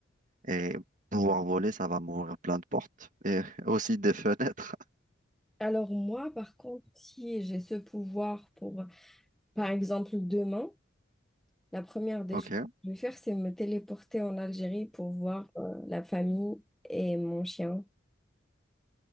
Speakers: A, on the right; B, in the centre.
A: Et pouvoir voler, ça va m'ouvrir plein de portes et <laughs> aussi des fenêtres.
B: Alors moi, par contre, si j'ai ce pouvoir pour, par exemple, demain, La première des
A: <laughs> OK.
B: choses que je vais faire, c'est me téléporter en Algérie pour voir euh, la famille et mon chien.